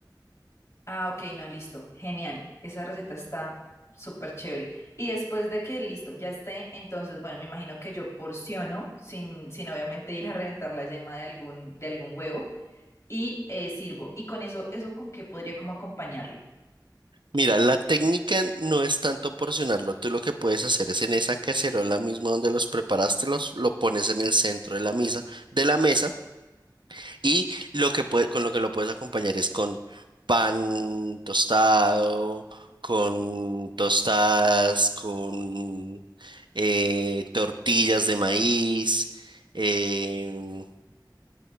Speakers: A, on the left (about 40°); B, on the right (about 85°).
A: Ah, ok, no, listo, genial. Esa receta está súper chévere. Y después de que listo, ya esté, entonces, bueno, me imagino que yo porciono sin, sin obviamente ir a reventar la yema de algún, de algún huevo y eh, sirvo. Y con eso, ¿eso con qué podría como acompañarlo?
B: Mira, la técnica no es tanto porcionarlo. Tú lo que puedes hacer es en esa cacerola misma donde los preparaste, los, lo pones en el centro de la misa, de la mesa Y lo que puede- con lo que lo puedes acompañar es con pan tostado, con tostadas, con eh, tortillas de maíz. em,